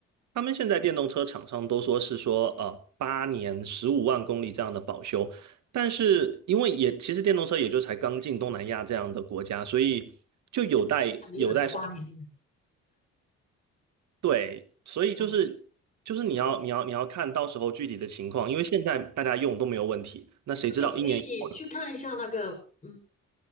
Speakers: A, on the right (about 70°); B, on the left (about 25°).
A: 他们现在电动车厂商都说是说呃八年十五万公里这样的保修，但是因为也其实电动车也就才刚进东南亚这样的国家，所以就有待有待商
B: 还没有到八年。
A: 对，所以就是就是你要你要你要看到时候具体的情况，
B: 哦，
A: 因为现在大家用都没有问题，那谁知道一年以后？
B: 那你可以去看一下那个，嗯。